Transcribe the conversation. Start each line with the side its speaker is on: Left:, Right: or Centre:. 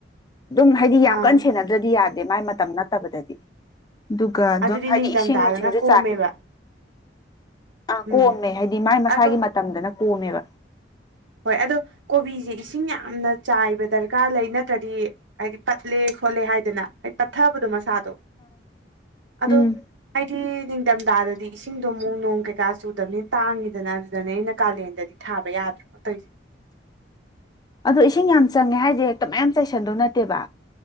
Left: ꯑꯗꯨꯝ ꯍꯥꯏꯗꯤ ꯌꯥꯝ
Right: ꯑꯥ
Left: ꯀꯟꯅ ꯁꯦꯟꯅꯗ꯭ꯔꯗꯤ ꯌꯥꯗꯦ ꯃꯥꯏ ꯃꯇꯝ ꯅꯠꯇꯕꯗꯗꯤ ꯑꯗꯨꯒ ꯑꯗꯨꯝ
Right: ꯑꯗꯨꯗꯤ
Left: ꯍꯥꯏꯗꯤ
Right: ꯅꯤꯡꯊꯝꯊꯥꯗꯅ
Left: ꯏꯁꯤꯡ ꯅꯨꯡꯁꯤꯡꯖꯨ
Right: ꯀꯣꯝꯃꯦꯕ
Left: ꯑꯥ ꯀꯣꯝꯃꯦ
Right: ꯎꯝ
Left: ꯍꯥꯏꯗꯤ ꯃꯥꯏ ꯃꯁꯥꯒꯤ
Right: ꯑꯗꯣ
Left: ꯃꯇꯝꯗꯅ ꯀꯣꯝꯃꯦꯕ
Right: ꯍꯣꯏ ꯑꯗꯣ ꯀꯣꯕꯤꯖꯦ ꯏꯁꯤꯡ ꯌꯥꯝꯅ ꯆꯥꯏꯕ ꯗ꯭ꯔꯀꯥꯔ ꯂꯩ ꯅꯠꯇ꯭ꯔꯗꯤ ꯍꯥꯏꯗꯤ ꯄꯠꯂꯦ ꯈꯣꯠꯂꯦ ꯍꯥꯏꯗꯅ ꯍꯥꯏ ꯄꯠꯊꯕꯗꯣ ꯃꯁꯥꯗꯣ ꯑꯗꯣ
Left: ꯎꯝ
Right: ꯍꯥꯏꯗꯤ ꯅꯤꯡꯗꯝꯗꯥꯗꯗꯤ ꯏꯁꯤꯡꯗꯣ ꯑꯃꯨꯛ ꯅꯣꯡ ꯀꯩꯀꯥ ꯆꯨꯗꯕꯅꯤꯅ ꯇꯥꯡꯉꯤꯗꯅ ꯑꯗꯨꯗꯅꯦ ꯑꯩꯅ ꯀꯥꯂꯦꯟꯗꯗꯤ ꯊꯥꯕ ꯌꯥꯗ꯭ꯔꯤꯕ ꯇꯩꯏꯖꯦ
Left: ꯑꯗꯣ ꯏꯁꯤꯡ ꯌꯥꯝ ꯆꯪꯉꯦ ꯍꯥꯏꯗꯤ ꯍꯦꯛꯇ ꯃꯌꯥꯝ ꯆꯥꯏꯁꯟꯗꯧ ꯅꯠꯇꯦꯕ